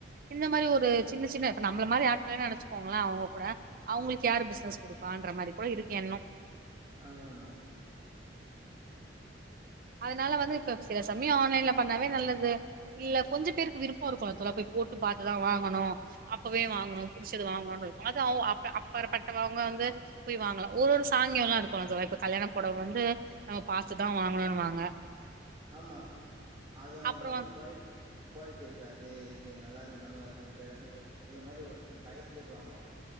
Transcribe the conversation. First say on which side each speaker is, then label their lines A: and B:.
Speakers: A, on the right; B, on the right.
A: இந்த மாரி
B: ம்
A: ஒரு சின்ன சின்ன இப்ப நம்ல மாரி ஆட்களயே நெனச்சுக்கோங்கள அவங்க கூட அவங்களுக்கு யாரு பிஸ்னஸ் குடுப்பான்ற மாரி கூட இருக்கு எண்ணோ
B: ஆமாமா
A: அதனால வந்து இப்ப சில சமயயோ ஆன்லைன்ல பண்ணாவே நல்லது இல்ல கொஞ்சோ பேருக்கு விருப்போ இருக்குல்ல தோழா போய் போட்டு பாத்துதா வாங்கணு அப்பவே வாங்கணு புடுச்சத வாங்கணுன் இருக்கு அது அவங்க அப்ப அப்பார்பட்டவங்க வந்து போய் வாங்கலா ஒரு ஒரு சாங்கியோ எல்லா இருக்குல்ல தோழா இப்ப கல்யாணப் பொடவ வந்து நம்ம பாத்துதா வாங்கணுன் வாங் ங்க
B: ஆம்மா அது அவனுக்கு
A: அப்புறம்
B: வந்து குவாலிட்டி குவாலிட்டி இருக்காது இது நல்லார் து நல்ல இருக்கான் தெரியாது ஒர் ஒரு மாரி ஒரு பயத்துலயே போய் வாங்குவாங்க